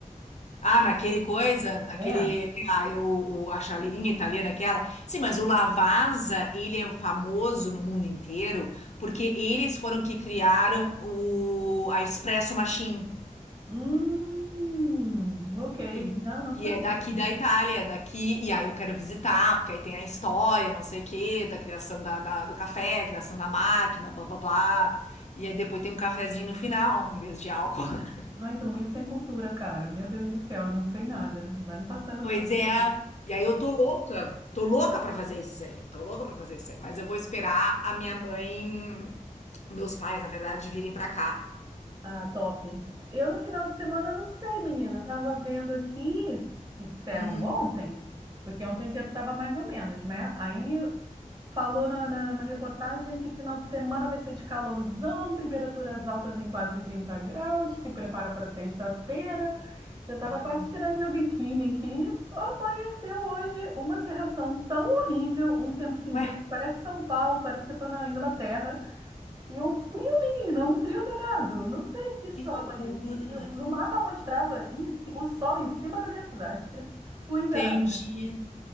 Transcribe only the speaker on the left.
Ah, naquele coisa, naquele.
Ah, o, o- a chaleirinha italiana, aquela. Sim, mas o Lavazza, ele é famoso no mundo inteiro porque eles foram que criaram o, a Espresso Machine.
E,
e
é daqui da Itália, é daqui, e aí eu quero visitar, porque aí tem a história, não sei o quê, da criação da, da- do café, criação da máquina, blá blá blá. E aí depois tem um cafezinho no final, em vez de álcool. <laughs>
Pois
é. E aí eu tô louca, tô louca pra fazer isso aí, tô louca pra fazer isso aí. Mas eu vou esperar a minha mãe, meus pais, na verdade, virem pra cá.
Hum.
Ah,
ué,
que loucura.
Entendi.